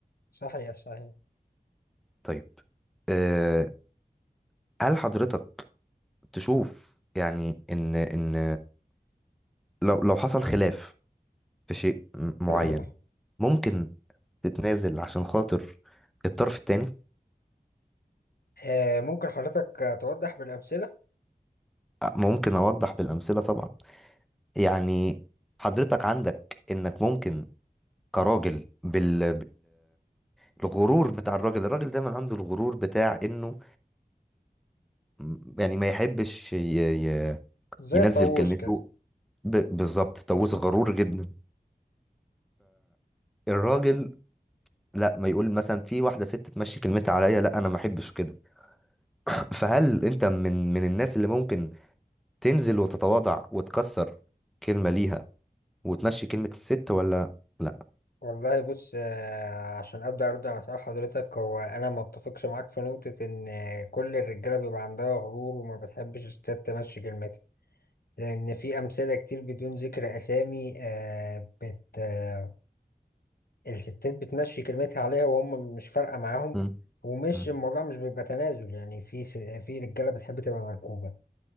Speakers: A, on the left; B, in the centre.
A: صحيح صحيح
B: طيب آه، هل حضرتك تشوف يعني ان ان لو لو حصل خلاف في شيء م- معين
A: <coughs>
B: ممكن تتنازل عشان خاطر الطرف التاني
A: آه، ممكن حضرتك توضح بالأمثلة؟
B: أ- ممكن اوضح بالامثله طبعا يعني حضرتك عندك انك ممكن كراجل بال... بالغرور بتاع الراجل الراجل دايما عنده الغرور بتاع انه م- يعني ما يحبش ي... ي...
A: زي
B: ينزل
A: الطاووس
B: كلمته
A: كده
B: ب... بالظبط طاووس غرور جدا فالراجل لا ما يقول مثلا في واحده ست تمشي كلمتها عليا لا انا ما احبش كده <laughs> فهل انت من من الناس اللي ممكن تنزل وتتواضع وتكسر كلمه ليها وتمشي كلمه الست ولا لا
A: والله بص آه، عشان ابدا ارد على سؤال حضرتك هو انا ما اتفقش معاك في نقطه ان آه، كل الرجاله بيبقى عندها غرور وما بتحبش الستات تمشي كلمتها لان في امثله كتير بدون ذكر اسامي آه، بت آه، الستات بتمشي كلمتها عليها وهم مش فارقه معاهم
B: مم.
A: ومش
B: مم.
A: الموضوع مش بيبقى تنازل يعني في س- في رجاله بتحب تبقى مركوبه